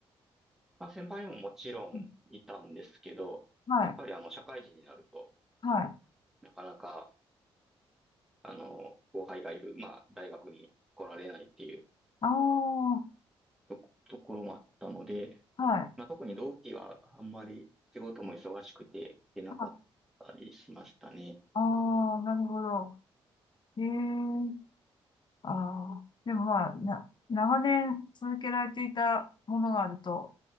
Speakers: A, in the centre; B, on the left.
A: まあ、先輩ももちろんいたんですけど、
B: うんはい。
A: やっぱりあの、社会人になると、
B: はい。
A: なかなか、あの、後輩がいる、まあ、大学に来られないっていう
B: ああ、
A: とこ、ところもあったので、
B: はい。
A: まあ、特に同期はあんまり仕事も忙しくて、行けなかったりしましたね。
B: ああー、なるほど。ええ、ああ、でもまあ、な、長年続けられていたものがあると、